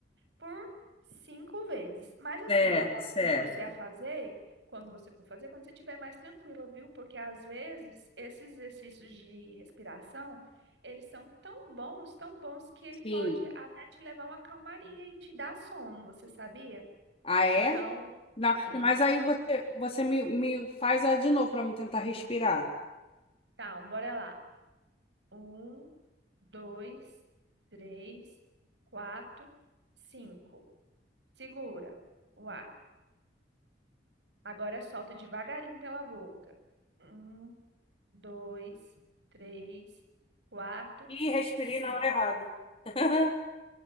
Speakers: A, on the right; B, on the left.
A: por cinco vezes. Mas assim,
B: Certo,
A: eu aconselho
B: certo.
A: você a fazer quando você for fazer, quando você estiver mais tranquila, viu? Porque às vezes esses exercícios de respiração, eles são tão bons, tão bons que ele pode
B: Sim.
A: até te levar a uma calmaria e te dar sono, você sabia?
B: Ah, é?
A: Então,
B: Não,
A: sim.
B: mas aí você, você me, me faz a de novo para me tentar respirar.
A: Tá, bora lá. Um, dois, três, quatro, cinco. Segura o ar. Agora solta devagarinho pela boca. Um. dois, três, quatro,
B: Ih, respirei
A: cinco.
B: na hora errada. <laughs>